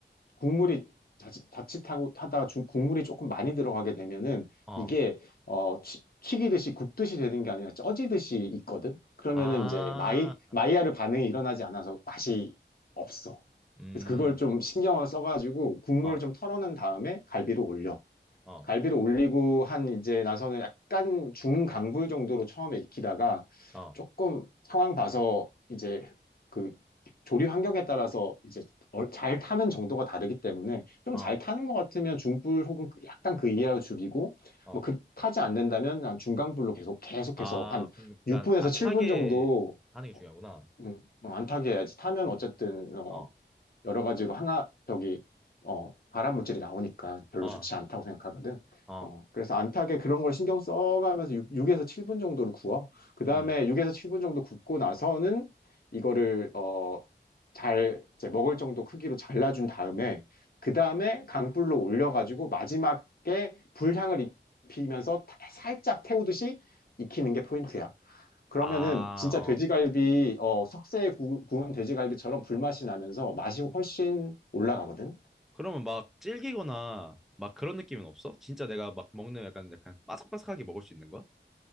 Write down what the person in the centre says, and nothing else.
어.
아,
음,
어,
어,
어,
어,
어.
아,
그러니까
안
타게
하는 게
중요하구나.
어,
어,
어,
음.
아,
어.
그러면 막 질기거나 막 그런 느낌은 없어? 진짜 내가 막 먹는 약간 약간 바삭바삭하게 먹을 수 있는 거야?